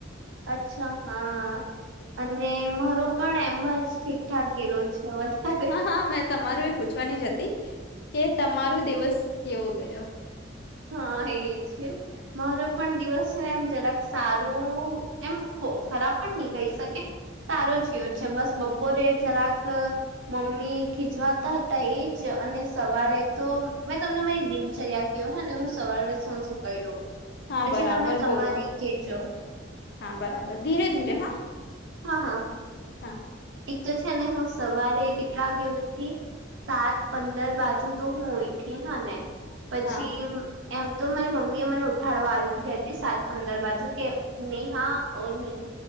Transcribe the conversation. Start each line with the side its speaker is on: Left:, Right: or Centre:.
Right: અચ્છા હા અને મારું પણ એમ જ. ઠીકઠાક ગેલો છે વધારે.
Left: હા હા મેં તમારું એ પૂછવાની જ હતી કે તમારું દિવસ કેવો ગયો?
Right: હા એજ. મારો પણ દિવસ છે ને એમ જરાક સારું એમ ખરાબ પણ નહી કહી શકે. સારો જ ગયો છે બસ બપોરે જરાક. મમ્મી ખીચવાતા હતા એજ અને સવારે તો મેં તમને મારી દિનચર્યા કહું હા ને હું સવાર થી સાંજ શું કરુ.
Left: હા
Right: પછી
Left: બરાબર
Right: તમે તમારી
Left: બોલો
Right: કેજો.
Left: હા બરાબર ધીરે ધીરે હા
Right: હા હા
Left: હા.
Right: એક તો છે ને હું સવારે કેટલા વાગે ઊઠી? સાત પંદર બાજુ તો હું ઊંઠી હા ને પછી
Left: હા
Right: એમ તો મારી મમ્મી એ મને ઉઠાડવા આવી ગઈ હતી સાત પંદર બાજુ કે નેહા ઓની